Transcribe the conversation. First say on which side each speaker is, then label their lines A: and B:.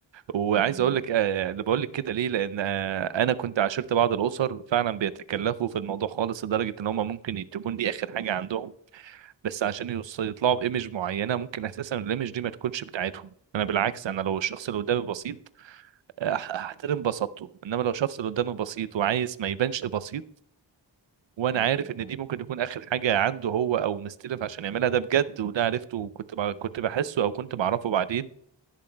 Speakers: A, on the right; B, on the right.
A: وعايز
B: ايوه
A: أقول لك آه، اللي بقول لك كده ليه لأن آه، أنا كنت عاشرت بعض الأسر فعلا بيتكلفوا في الموضوع خالص لدرجة إن هم ممكن تكون دي آخر حاجة عندهم بس عشان يوص- يطلعوا بايمج معينه ممكن اساسا الايمج دي ما تكونش بتاعتهم انا بالعكس انا لو الشخص اللي قدامي بسيط أح- احترم بساطته انما لو الشخص اللي قدامي بسيط وعايز ما يبانش بسيط وانا
B: ايوه
A: عارف
B: صح
A: ان دي ممكن تكون اخر حاجه عنده هو او مستلف عشان يعملها ده بجد وده عرفته وكنت ب... كنت بحسه او كنت بعرفه بعدين